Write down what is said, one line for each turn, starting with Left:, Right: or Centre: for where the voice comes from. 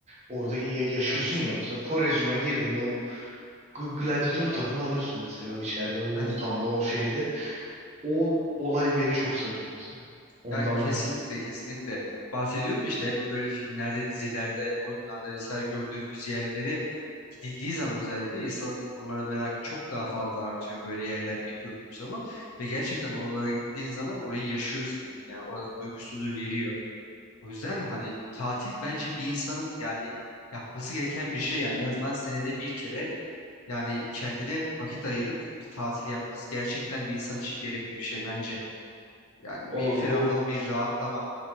Right: orada ya- yaşıyorsun
Left: evet.
Right: ya mesela Korezyum'a girdiğinde o gl- gladyatör tadını alıyorsun mesela o içeride o
Left: Evet.
Right: ortamda o şeyde. O olay beni çok sarıyor mesela. Ondan
Left: Ya kesinlikle,
Right: merak.
Left: kesinlikle. Bahsediyorum ya işte hep böyle filmlerde, dizilerde, oyunlarda vesaire gördüğümüz yerlere gidildiği zaman özellikle insanın bunlara merakı çok daha fazla artıyor böyle yerlerde gördüğü zaman ve gerçekten oralara gittiğin zaman orayı yaşıyorsun yani oranın duygusunu veriyor. O yüzden hani tatil bence bir insanın yani yapması gereken bir şey yani en azından senede bir kere yani kendine vakit ayırıp bir tatil yapması gerçekten bir insan için gerekli bir şey bence. Yani
Right: O,
Left: bir
Right: o
Left: ferahlama, bir rahatlama